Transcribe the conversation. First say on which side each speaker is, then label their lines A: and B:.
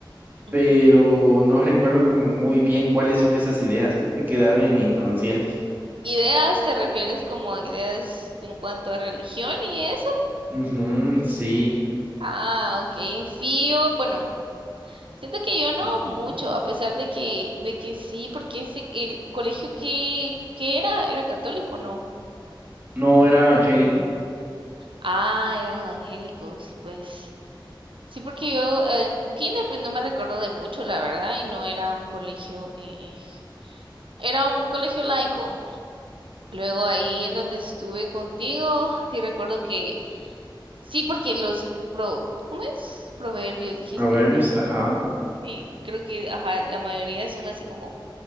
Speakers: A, on the right; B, on the right.
A: Ujú.
B: pero no recuerdo como muy bien cuáles son esas ideas. Creo que quedaron en mi inconsciente.
A: ¿Ideas te refieres como a ideas en cuanto a religión y eso?
B: Ujú, sí,
A: Ah, ok, sí, yo, bueno, siento que yo no
B: Ujú,
A: mucho, a pesar de que, de que sí, porque ese, el colegio que, que era, era católico, ¿no?
B: no era evangélico.
A: Ah, eran evangélicos, y pues. Sí, porque yo en kinder pues no me recuerdo de mucho, la verdad, y no era un colegio, eh, era un colegio laico. Luego ahí en donde estuve contigo, te recuerdo que sí, porque los pro, ¿cómo es? Proverbios dijiste,
B: Proverbios,
A: ¿no?
B: ajá.
A: Y creo que, ajá, la mayoría son así como,